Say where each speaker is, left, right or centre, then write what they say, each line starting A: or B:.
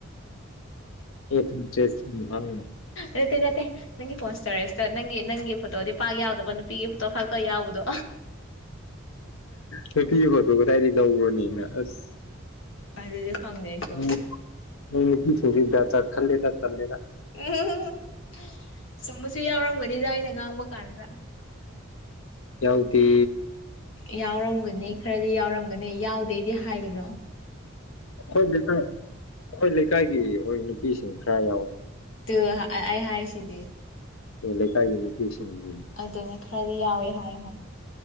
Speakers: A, on the left; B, on the left.
A: ꯑꯦ ꯐꯟ ꯆꯦꯁ ꯐꯟ ꯉꯥꯛꯉꯨꯅꯨ
B: ꯅꯠꯇꯦ ꯅꯠꯇꯦ ꯅꯪꯒꯤ ꯐꯣꯟ ꯁ꯭ꯇꯣꯔꯦꯖꯇꯣ ꯅꯪꯒꯤ ꯅꯪꯒꯤ ꯐꯣꯇꯣꯗꯤ ꯄꯥꯛ ꯌꯥꯎꯗꯕ ꯅꯨꯞ ꯄꯤꯒꯤ ꯐꯣꯇꯣ ꯈꯛꯇ ꯌꯥꯎꯕꯗꯣ
A: ꯅꯨꯄꯤꯒꯤ ꯐꯣꯇꯣ ꯀꯗꯥꯏꯗꯒꯤ ꯂꯧꯕ꯭ꯔꯥꯅꯦ ꯑꯁ
B: ꯑꯗꯨꯗꯤ ꯈꯪꯗꯦ ꯑꯩꯁꯨ
A: ꯅꯨꯞ ꯅꯪ ꯅꯨꯄꯤ <unintelligible> ꯆꯠ ꯈꯜꯂꯦꯗ ꯇꯜꯂꯦꯗ
B: ꯎꯝ ꯆꯨꯝꯕꯁꯨ ꯌꯥꯎꯔꯝꯒꯅꯤꯗ ꯑꯩꯅ ꯉꯥꯡꯕ ꯀꯥꯟꯗ
A: ꯌꯥꯎꯗꯦ
B: ꯌꯥꯎꯔꯝꯒꯅꯤ ꯈꯔꯗꯤ ꯌꯥꯎꯔꯝꯒꯅꯤ ꯌꯥꯎꯗꯦꯗꯤ ꯍꯥꯏꯒꯅꯣ
A: ꯑꯩꯈꯣꯏ ꯂꯩꯀꯥꯏ ꯑꯩꯈꯣꯏ ꯂꯩꯀꯥꯏꯒꯤ ꯍꯣꯏ ꯅꯨꯄꯤꯁꯤꯡ ꯈꯔ ꯌꯥꯎꯋꯦ
B: ꯇꯨ ꯑꯩ ꯑꯩ ꯍꯥꯏꯁꯤꯗꯤ
A: ꯇꯨ ꯂꯩꯀꯥꯏꯒꯤ ꯅꯨꯄꯤꯁꯤꯡꯗꯤ
B: ꯑꯗꯨꯅꯦ ꯈꯔꯗꯤ ꯌꯥꯎꯋꯦ ꯍꯥꯏꯌꯨ ꯍꯥꯏ